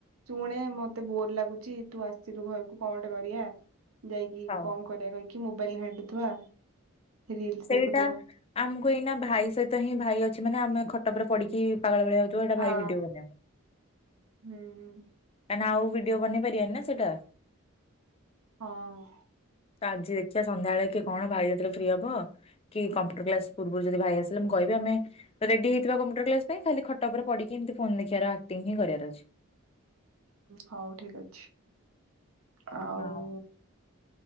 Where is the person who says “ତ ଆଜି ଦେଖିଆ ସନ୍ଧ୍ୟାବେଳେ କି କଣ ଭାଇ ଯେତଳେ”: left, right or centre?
Left